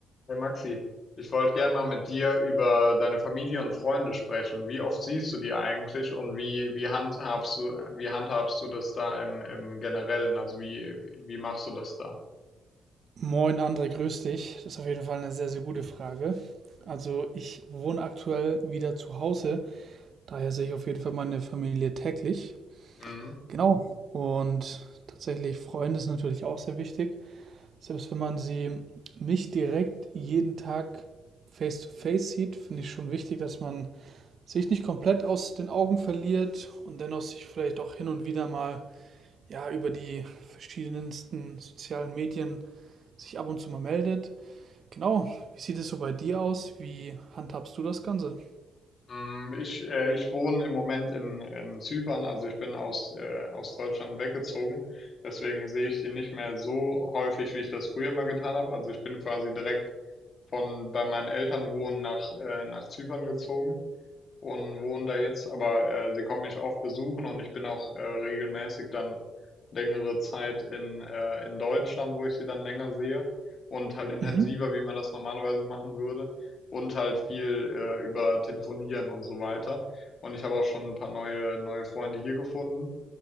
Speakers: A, on the left (about 45°); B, on the right (about 55°).
A: Hey Maxi, ich wollte gerne mal mit dir über deine Familie und Freunde sprechen. Wie oft siehst du die eigentlich und wie, wie handhabst du, wie handhabst du das da im, im Generellen? Also wie, wie machst du das da?
B: Moin André, grüß dich. Das ist auf jeden Fall eine sehr, sehr gute Frage. Also ich wohne aktuell wieder zu Hause, daher sehe ich auf jeden Fall meine Familie täglich.
A: Mhm.
B: Genau. Und tatsächlich Freunde ist natürlich auch sehr wichtig. Selbst wenn man sie nicht direkt jeden Tag face-to-face sieht, finde ich schon wichtig, dass man sich nicht komplett aus den Augen verliert und dennoch sich vielleicht auch hin und wieder mal ja über die verschiedensten sozialen Medien sich ab und zu mal meldet. Genau. Wie sieht es so bei dir aus? Wie handhabst du das Ganze?
A: Mm, Ich, äh, ich wohne im Moment in, in Zypern, also ich bin aus, äh, aus Deutschland weggezogen. Deswegen sehe ich die nicht mehr so häufig, wie ich das früher mal getan habe. Also ich bin quasi direkt von bei meinen Eltern wohnen nach, äh, nach Zypern gezogen. und wohne da jetzt, aber äh, sie kommen mich oft besuchen und ich bin auch äh, regelmäßig dann längere Zeit in, äh, in Deutschland, wo ich sie dann länger sehe und halt intensiver,
B: Mhm.
A: wie man das normalerweise machen würde und halt viel äh, über Telefonieren und so weiter. Und ich habe auch schon ein paar neue, neue Freunde hier gefunden.